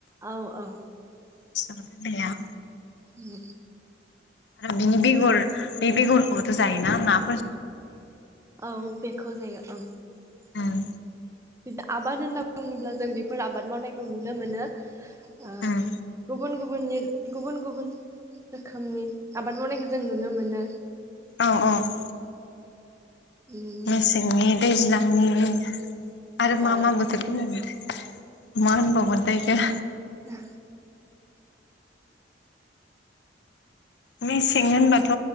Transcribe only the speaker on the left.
बेसर फोनाया
आरो बिनि बेगर बे बेगरखौबोथ' जायोना? ना
उम
उम
औ औ।
मेसेंनि दैज्लां <unintelligible> आरो
मा मा बोथोर <unintelligible> मा होनबावगोन थाइ इखो?
मेसें होनबाथ'